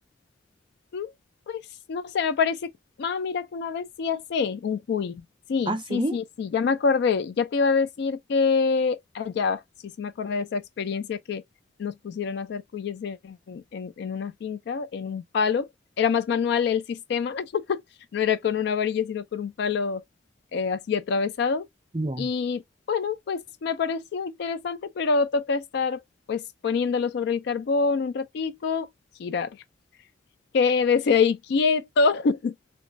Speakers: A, on the left; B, on the right.
A: Mm, Pues no sé, me parece. Ah, mira que una vez sí hace un cuy. Sí,
B: Ah, sí.
A: sí, sí, sí, ya me acordé. Ya te iba a decir que allá, sí, sí me acordé de esa experiencia que nos pusieron a hacer cuyes en, en, en una finca, en un palo. Era más manual el sistema, <laughs> no era con una varilla, sino con un palo eh, así atravesado.
B: Ya.
A: Y bueno, pues me pareció interesante, pero toca estar pues poniéndolo sobre el carbón un ratico, girar quédese ahí quieto, <laughs>